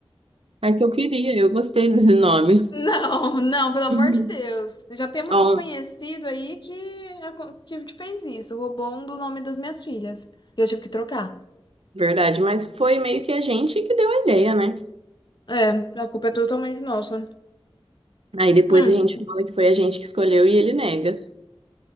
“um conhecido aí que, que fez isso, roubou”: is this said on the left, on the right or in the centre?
Left